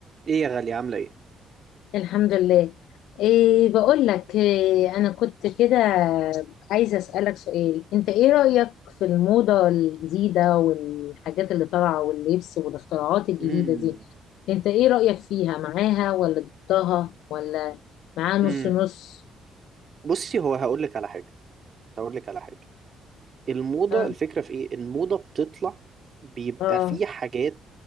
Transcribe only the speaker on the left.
الحمد لله إيه بقول لك إيه أنا كنت كده عايزة أسألك سؤال أنت إيه رأيك في الموضة الجديدة والحاجات اللي طالعة واللبس والاختراعات الجديدة
دي أنت إيه رأيك فيها معاها ولا ضدها ولا معاها نص
نص
آه
آه